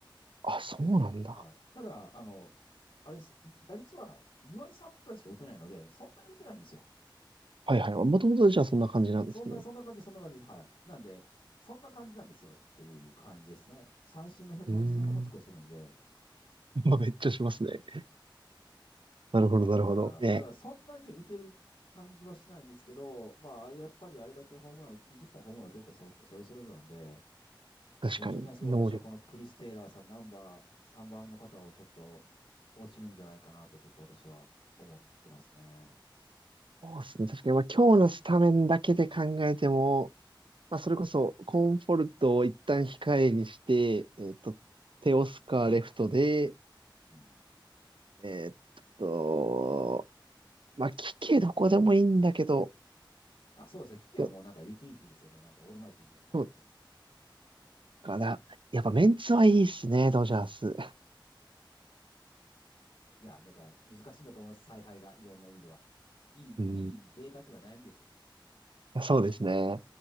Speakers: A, on the right (about 75°); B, on the left (about 80°).
A: あ、そうなんだ。
B: はい。ただ、あの、あれです、打率は2割3分くらいしか打てないので、そんなに打てないんですよ。
A: はいはい。もともとじゃあそんな感じなんですね。
B: そんな、そんな感じ、そんな感じです。はい。なんで、そんな感じなんですよっていう感じですね。三振も118個するんで、
A: うーん。<laughs> まあ、めっちゃしますね。なるほど、
B: まあだから、
A: なるほど。ええ、
B: だからそんなに打てる感じはしないんですけど、まああれやっぱりあれだけホームラン、20本ホームラン打てるとそ、それぞれなんで、
A: 確かに、
B: 申し訳ないですけど、
A: 能力。
B: 私はこのクリス・テイラーさん、ナンバー3番の方をちょっと落ちるんじゃないかなと、ちょっと私は思ってますね。
A: そうですね。確かに、まあ、今日のスタメンだけで考えても、まあ、それこそ、コンフォルトを一旦控えにして、えっと、テオスカーレフトで、
B: うん。
A: えーっと、まあ、聞けどこでもいいんだけど、
B: あ、そうですね。聞けばもうなんかユーティリティですよね。
A: いや
B: なんかオールマイティみたいな感じですよね。
A: そうかな。やっぱメンツはいいっすね、ドジャース。
B: いや、だから難しいんだと思います。采配が、いろんな意味では。いい、
A: うん、
B: いい贅沢な悩みですよ。
A: そうですね。